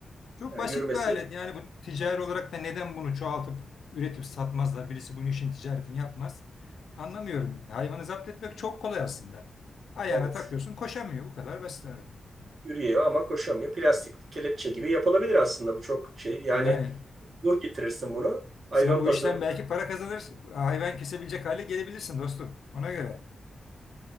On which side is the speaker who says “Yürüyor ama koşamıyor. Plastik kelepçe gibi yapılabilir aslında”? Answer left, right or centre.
Right